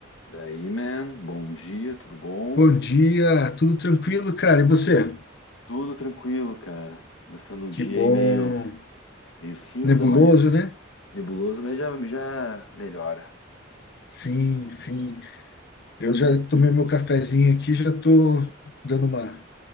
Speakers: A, on the left (about 85°); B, on the left (about 55°).
A: Daí, man, bom dia, tudo bom?
B: Bom dia, tudo tranquilo, cara? E você?
A: Tudo tranquilo, cara. Começando o
B: Que
A: dia
B: bom.
A: aí meio, meio cinza,
B: Nebuloso,
A: mas
B: né?
A: nebuloso, mas já, já melhora.
B: Sim, sim. Eu já tomei
A: E
B: meu cafezinho aqui, já tô dando uma,